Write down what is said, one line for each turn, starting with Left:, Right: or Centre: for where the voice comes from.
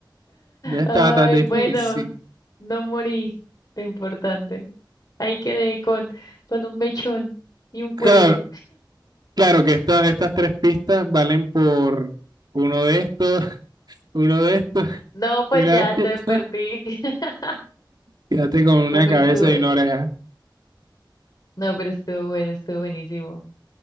Right: No está
Left: Ay,
Right: tan difícil.
Left: bueno, no morí. Lo importante. Ahí quedé con, con un mechón y un cuello.
Right: Claro, claro que esta- estas tres pistas valen por uno de estos, <laughs> uno de estos
Left: No,
Right: <laughs>
Left: pues
Right: y una
Left: ya
Right: de
Left: te
Right: estas.
Left: perdí. <laughs>
Right: Quédate con una
Left: No, pero
Right: cabeza
Left: estuvo,
Right: y una oreja.
Left: no, pero estuvo bueno, estuvo buenísimo.